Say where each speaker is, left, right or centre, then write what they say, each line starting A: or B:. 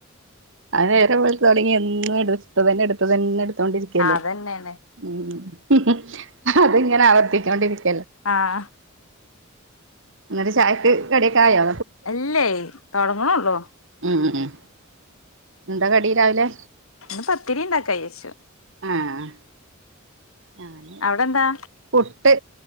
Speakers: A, on the right (about 65°); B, on the left (about 80°).
A: ആ നേരം വെൾ തൊടങ്ങി എന്ന ന്ന് ട്ത തെന്നെ ട്ത തന്നെ ഇട്ത്തോണ്ടിരിക്കല്ലേ
B: ആ അതന്നെയാണ്
A: ഉം ഹും ഹും ഹത്ങ്ങനാവർത്തി കണ്ട <unintelligible>
B: ആഹ്
A: ന്നട്ട് ചായ ട്ട് കടിയൊക്കായോ
B: ഇല്ലയ് തൊടങ്ങ്ണൊള്ളൂ
A: ഉം ഉം എന്താ കടി രാവിലെ
B: ഇന്ന് പത്തിരി ഉണ്ടാക്കാന്നു വെച്ചു
A: ആഹ് ഞാന്
B: അവിടെന്താ
A: പുട്ട്